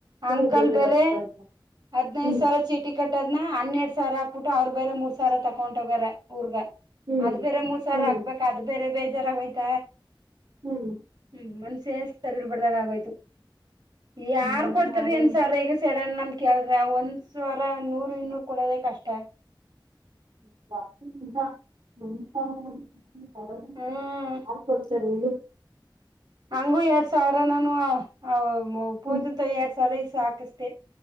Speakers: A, on the right; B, on the right.
A: ಸುಮ್ನೆ
B: ಅಂಕಲ್
A: ಬೇಜಾರಾಗುತ್ತೆ
B: ಬೇರೆ
A: ಅಲ್ವಾ
B: ಹದ್ನೈದು
A: ಹ್ಮ್
B: ಸಾವಿರ ಚೀಟಿ ಕಟ್ಟದ್ನ ಹನ್ನೆರಡ್ ಸಾವಿರ ಹಾಕ್ ಬುಟ್. ಟು ಅವ್ರು ಬೇರೆ ಮೂರ್ ಸಾವ್. ಸರ ತಕ್ಕೊಂಟ್ ಹೋಟೊಗರೇ ಊರ್ಗಾ.
A: ಹ್ಮ್
B: ಅದ್ ಬೇರೆ ಮೂರ್ ಸಾವಿರ
A: ಹ್ಮ್
B: ಹಾಕ್ಬೇಕ ಅದು ಬೇರೆ ಬೇಜ್. ಜರಾಗೊಯಿತ
A: ಹ್ಮ್
B: ಹ್ಮ್ ಮನ್ ಸೇಲ್ಸ್ ಸರಿಲ್ಬಡ್ದಗ ಆಗೋಯ್ತು. ಯಾರ್
A: ಇನ್ನೇನ್
B: ಕೊಡ್ತಾರ್
A: ಆಗಲ್ಲ
B: ಏನ್ ಸರ್ ಈಗ ಸ ನನ್ನನ್ ಕೇಳಿದ್ರ ಒಂದ್ ಸಾವ್ರ ನೂರು ಇನ್ನೂರ್ ಕೊಡೋದೇ ಕಷ್ಟ.
A: <unintelligible> <unintelligible>
B: ಹ್ಮ್
A: <unintelligible>
B: ಹಂಗು ಎರಡ್ ಸಾವ್ರ ನಾನು ಆ ಅವ್ ಮ ಪೂಜುಂತಾವ್
A: ಹ್ಮ್
B: ಎರಡ್ಸಾವ್ರ ಇಸ್ ತಾಕಸ್ದೆ.